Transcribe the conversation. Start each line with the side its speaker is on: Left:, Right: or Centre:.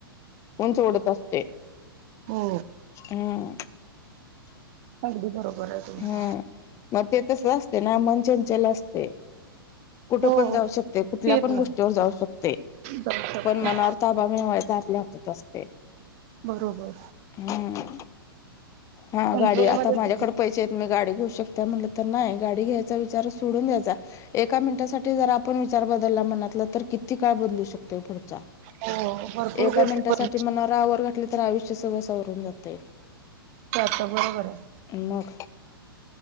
Left: उंच उडत असतो.
Right: हो.
Left: हम्म.
Right: अगदी बरोबर आहे. तुमचं.
Left: हा मग ते तस असते ना, मन चंचल असते. कुठे
Right: हो.
Left: पण जाऊ शकते, कुठल्या
Right: पेरलं
Left: पण गोष्टीवर जाऊ शकते,
Right: जाऊ शकते.
Left: पण मनावर ताबा मिळवायचा आपल्या. त तस्ते
Right: बरोबर.
Left: हम्म, हा
Right: कंट्रोल
Left: गाडी आता
Right: मध्ये
Left: माझ्याकडं ‌. पैसे आहेत मी गाडी घेऊ शकता, म्हटलं तर नाही गाडी घ्यायचा विचार सोडून द्यायचा. एका मिनिटासाठी जर आपण विचार बदलला म्हनातला तर किती काळ बदलू शकतोय पुढ
Right: हो भरपूर
Left: एका
Right: गोष्टी
Left: मिनटासाठी
Right: बन
Left: मनावर आवर घातली तर, आयुष्य सगळं सावरून जाते.
Right: त्यात बरोबर आहे.
Left: मग